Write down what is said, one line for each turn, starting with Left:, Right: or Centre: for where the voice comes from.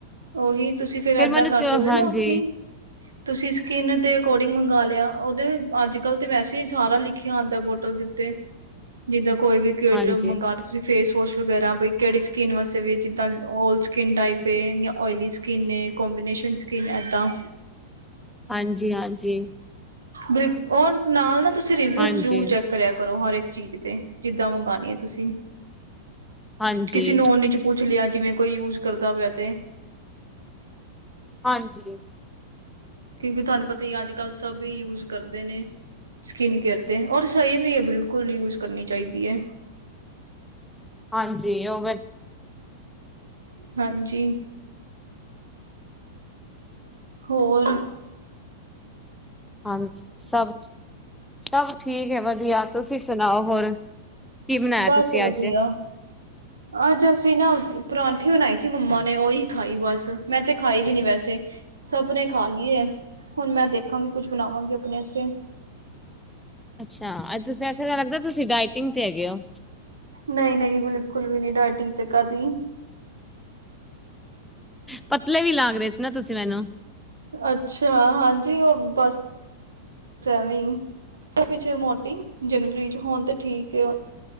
Right: ਉਹੀ ਤੁਸੀਂ, ਫੇਰ ਏਦਾਂ
Centre: ਮੈਨੂੰ
Right: ਕਰ
Centre: ਕਿਉਂ
Right: ਸਕਦੇ
Centre: ਹਾਂਜੀ
Right: ਹੋ ਨਾ ਆਪਣੀ। ਤੁਸੀਂ ਸਕਿੰਨ ਦੇ, ਅਕੋਰਡਿੰਗ ਮੰਗਵਾ ਲਿਆ। ਉਹਦੇ ਅੱਜ ਕੱਲ, ਤੇ ਵੈਸੇ ਹੀ, ਸਾਰਾ ਲਿਖਿਆ ਆਉਂਦਾ ਬੋਟਲ। ਤੇ ਜਿੱਦਾਂ, ਕੋਈ ਵੀ
Centre: ਹਾਂਜੀ
Right: ਮੰਗਾ। ਤੁਸੀਂ ਫੇਸ ਵੋਸ਼ ਵਗੈਰਾ, ਬਈ ਕਿਹੜੀ ਸਕਿੰਨ ਵਾਸਤੇ, ਵੀ ਜਿੱਦਾਂ ਔਲ ਸਕਿਨ, ਟਾਈਪ ਹੈ। ਜਾਂ। ਓਇਲੀ ਸਕਿਨ ਏ। ਕਬੀਨੇਸ਼ਨ ਸਕਿੰਨ ਏਦਾਂ
Centre: ਹਾਂਜੀ- ਹਾਂਜੀ।
Right: ਬ ਉਹ ਨਾਲ ਨਾ, ਤੁਸੀਂ ਰਿਵਿਊ
Centre: ਹਾਂਜੀ
Right: ਜ਼ਰੂਰ ਚੈੱਕ ਕਰਿਆ ਕਰੋ। ਹਰ ਇੱਕ ਚੀਜ਼ ਤੇ, ਜਿੱਦਾਂ ਮੰਗਉਣੀ ਹੈ ਤੁਸੀਂ।
Centre: ਹਾਂਜੀ
Right: ਕਿਸੇ ਨੂੰਨ ਚ ਪੁੱਛ ਲਿਆ। ਜਿਵੇਂ ਕੋਈ ਯੂਜ, ਕਰਦਾ ਪਿਆ ਤੇ।
Centre: ਹਾਂਜੀ।
Right: ਕਿਉਂਕਿ ਤੁਹਾਨੂੰ ਪਤਾ ਹੀ ਹੈ। ਅੱਜ ਕੱਲ ਸਭ ਯੂਜ ਕਰਦੇ ਨੇ। ਸਕਿੰਨ ਕੇਅਰ ਤੇ। ਔਰ ਸਹੀ ਵੀ ਹੈ। ਬਿਲਕੁਲ ਯੂਜ ਕਰਨੀ ਚਾਹੀਦੀ ਹੈ।
Centre: ਹਾਂਜੀ ਉਹ
Right: ਹਾਂਜੀ, ਹੋਰ
Centre: ਹਾਂਜ ਸਭ ਸਭ ਠੀਕ ਹੈ ਵਧੀਆ ਤੁਸੀਂ ਸੁਣਾਓ ਹੋਰ ਕੀ ਬਣਾਇਆ
Right: ਬਸ
Centre: ਤੁਸੀਂ
Right: ਵਧੀਆ
Centre: ਅੱਜ
Right: ਅੱਜ ਅਸੀਂ ਨਾ ਪਰਾਂਠੀ ਬਣਾਈ ਸੀ ਮੰਮਾ ਨੇ ਉਹੀ ਖਾਈ ਬਸ ਮੈਂ ਤੇ ਖਾਈ ਵੀ ਨੀ ਵੈਸੇ। ਸਭ ਨੇ ਖਾ ਲਈਏ। ਹੁਣ ਮੈਂ ਦੇਖਾਂਗੀ, ਕੁਛ ਬਣਾਵਾਂਗੀ ਆਪਣੇੇ ਆਸਤੇ।
Centre: ਅੱਛਾ। ਵੈਸੇ ਤਾਂ ਲੱਗਦਾ ਤੁਸੀਂ ਡਾਇਟਿੰਗ ਤੇ ਹੈਗੇ ਹੋ।
Right: ਨਹੀਂ ਨਹੀਂ ਬਿਲਕੁਲ ਵੀ ਨਹੀਂ ਡਾਇਟਿੰਗ ਤੇ ਕਾਦੀ
Centre: ਪਤਲੇ ਵੀ ਲਾਗ ਰਹੇ ਸੀ ਨਾ ਤੁਸੀਂ ਮੈਨੂੰ
Right: ਅੱਛਾ ਹਾਂਜੀ ਉਹ ਬਸ ਸ ਐਵੇਂ ਈ ਪਿੱਛੇ ਮੋਟੀ ਜਨਵਰੀ ਚ ਹੋਣ ਤੇ ਠੀਕ ਏ